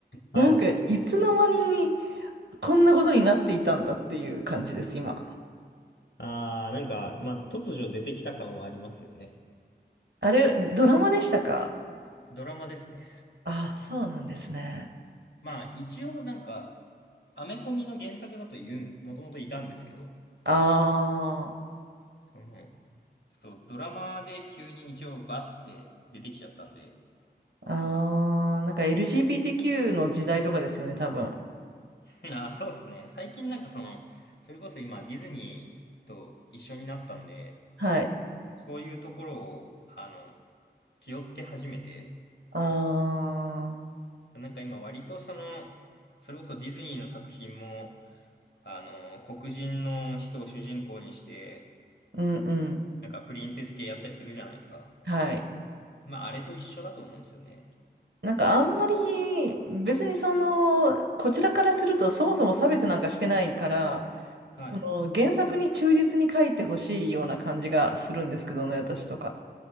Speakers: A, on the left; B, on the right.
A: はい。
B: なんかいつの間にこんなことになっていたんだっていう感じです、今。
A: ああ、なんか、まあ、突如出てきた感はありますよね。
B: あれ、ドラマでしたか
A: ドラマですね。
B: ああ、そうなんですね。
A: まあ一応なんか、アメコミの原作だと言う、もともといたんですけど、
B: あ
A: その、ちょっとドラマで急に一応バッて出てきちゃったんで。
B: あ、ああ、なんか LGBTQ の時代とかですよね、多分。
A: <laughs> あ、そうですね。最近なんかその、それこそ今ディズニーと一緒になったんで、
B: はい。
A: そういうところを、あの、気をつけ始めて、
B: ああ、
A: なんか今割とその、それこそディズニーの作品も、あの、黒人の人を主人公にして、
B: うんうん。
A: なんかプリンセス系やったりするじゃないですか。
B: はい。
A: まああれと一緒だと思うんですよね。
B: なんかあんまり別にその、こちらからするとそもそも差別なんかしてないから、
A: はい。
B: その原作に忠実に書いてほしいような感じがするんですけどね、私とか。